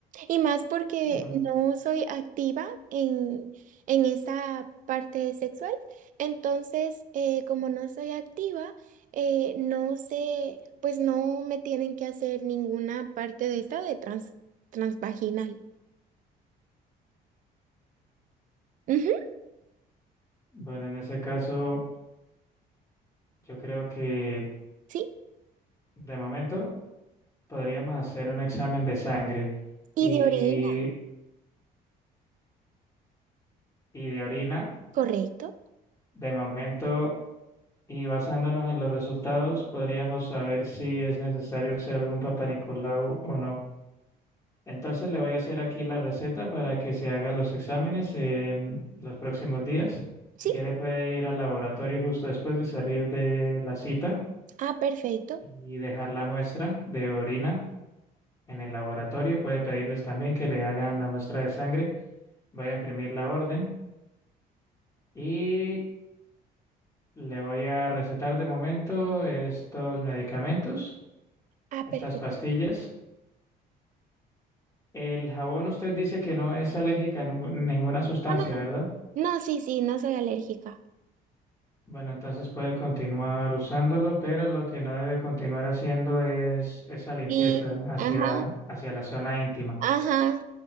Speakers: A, on the right; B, on the left.
A: Y más porque
B: Bueno,
A: no soy activa en, en esa parte sexual. Entonces, eh, como no soy activa, eh, no sé, pues no me tienen que hacer ninguna parte de esta de trans, transvaginal. Ujú,
B: bueno, en ese caso, yo creo que
A: Sí.
B: de momento podríamos hacer un examen de sangre
A: Y
B: y,
A: de orina,
B: y de orina.
A: correcto.
B: De momento, y basándonos en los resultados, podríamos saber si es necesario hacer algún Papa Nicolau o no. Entonces le voy a hacer aquí la receta para que se haga los exámenes en los próximos días.
A: Sí.
B: Si quiere puede ir al laboratorio justo después de salir de la cita
A: Ah, perfecto.
B: y dejar la muestra de orina en el laboratorio. Puede pedirles también que le hagan la muestra de sangre. Voy a imprimir la orden y le voy a recetar de momento estos medicamentos,
A: Ah,
B: estas
A: perfecto.
B: pastillas. El jabón usted dice que no es alérgica a ningún- ninguna sustancia,
A: No, no, no.
B: ¿verdad?
A: No, sí, sí, no soy alérgica.
B: Bueno, entonces puede continuar usándolo, pero lo que no debe continuar haciendo es esa limpieza
A: Sí,
B: hacia,
A: ajá,
B: hacia la zona íntima.
A: ajá,